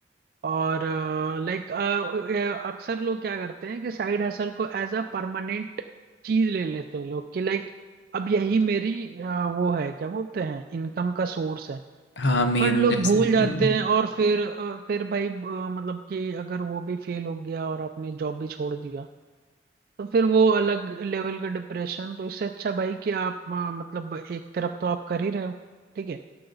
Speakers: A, on the right (about 50°); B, on the left (about 75°).
A: और लाइक अक्सर लोग क्या करते हैं कि साइड हसल को एज अ परमानेंट चीज ले लेते हैं लोग कि लाइक अब यही मेरी अ, वो है क्या बोलते हैं इनकम का सोर्स है
B: हाँ मेन
A: बट लोग
B: जैसे
A: भूल
B: हम्म,
A: जाते हैं और फिर अ, फिर भाई अ, मतलब कि अगर वो भी फेल हो गया और आपने जॉब भी छोड़ दिया तो फिर वो अलग लेवल का डिप्रेशन तो इससे अच्छा भाई कि आप आ, मतलब एक तरफ तो आप कर ही रहे हो ठीक है